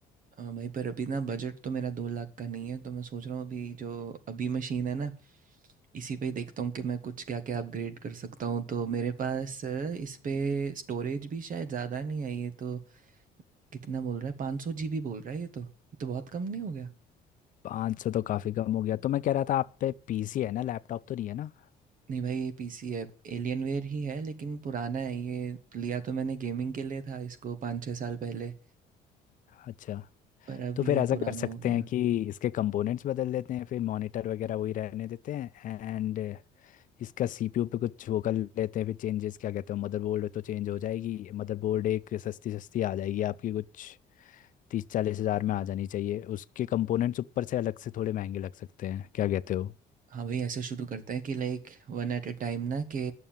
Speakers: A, on the right; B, on the left.
A: हाँ भाई पर अभी ना बजट तो मेरा दो लाख का नहीं है तो मैं सोच रहा हूँ अभी जो अभी मशीन है ना इसी पे ही देखता हूँ कि मैं कुछ क्या क्या अपग्रेड कर सकता हूँ तो मेरे पास अ, इस पे स्टोरेज भी शायद ज़्यादा नहीं है ये तो कितना बोल रहा है पाँच सौ जी बी बोल रहा है ये तो ये तो बहुत कम नहीं हो गया
B: पाँच सौ तो काफ़ी कम हो गया तो मैं कह रहा था आप पे पीसी है ना लैपटॉप तो नहीं है ना
A: नहीं भाई ये पी सी है एलियनवेयर ही है लेकिन पुराना है ये लिया तो मैंने गेमिंग के लिए था इसको पाँच छः साल पहले
B: अच्छा
A: पर अब
B: तो
A: ये
B: फिर ऐसा
A: पुराना
B: कर सकते
A: हो गया
B: हैं कि इसके कंपोनेंट्स बदल देते हैं फिर मॉनिटर वगैरह वही रहने देते हैं एंड इसका सीपीयू पे कुछ वो कर लेते हैं फिर चेंजेस क्या कहते हो मदरबोर्ड तो चेंज हो जाएगी मदरबोर्ड एक सस्ती सस्ती आ जाएगी आपकी कुछ तीस चालीस हज़ार में आ जानी चाहिए उसके कंपोनेंट्स ऊपर से अलग से थोड़े महंगे लग सकते हैं क्या कहते हो
A: हाँ भाई ऐसे शुरू करते हैं कि like one at a time ना कि